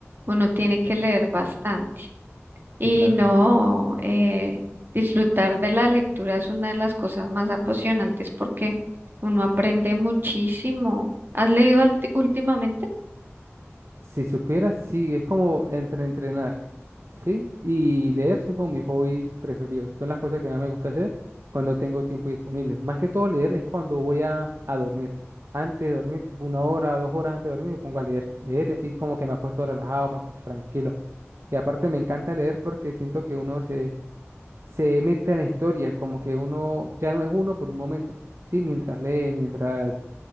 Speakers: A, on the right (about 45°); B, on the right (about 60°).
A: uno tiene que leer bastante.
B: Sí,
A: Y
B: claro.
A: no, eh, disfrutar de la lectura es una de las cosas más apasionantes porque uno aprende muchísimo. ¿Has leído alti- últimamente?
B: Si supieras, sí, es como entre entrenar, ¿sí? Y leer son como mis hobbies preferidos. Son las cosas que más me gusta hacer cuando tengo tiempo disponible. Más que todo leer es cuando voy a, a dormir. Antes de dormir, tipo una hora, dos horas antes de dormir, me pongo a leer. Leer y así como que me acuesto relajado, me acuesto tranquilo. Y aparte me encanta leer porque siento que uno se, se mete en la historia, como que uno ya no es uno por un momento, ¿sí? Mientras lee, mientras